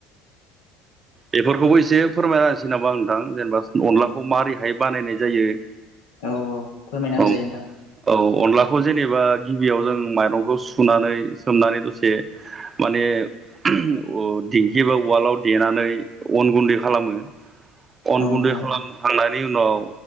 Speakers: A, on the right; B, on the left.
A: बेफोरखौबो एसे फोरमायना होनोसै नामा नोंथां जेनेबा अनलाखौ मारैहाय बानायनाय जायो
B: औ फोरमायना होजायो
A: ओ औ
B: नोंथां
A: औ अनलाखौ खौ जेनेबा गिबियाव जों माइरंखौ सुनानै सोमनानै दसे माने <unintelligible> दिंखिबा उवालाव देनानै अन गुन्दै खालामो अन
B: औ नोंथां
A: गुन्दै खालामखांनायनि उनाव